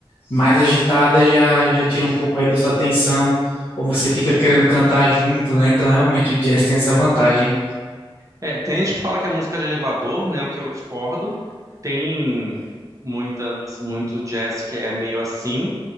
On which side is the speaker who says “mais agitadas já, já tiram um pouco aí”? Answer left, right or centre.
Left